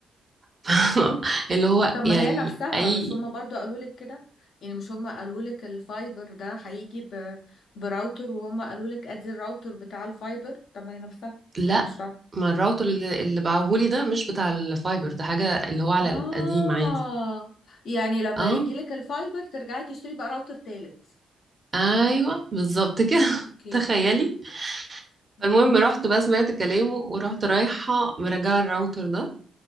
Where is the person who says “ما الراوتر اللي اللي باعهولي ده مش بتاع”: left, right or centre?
Right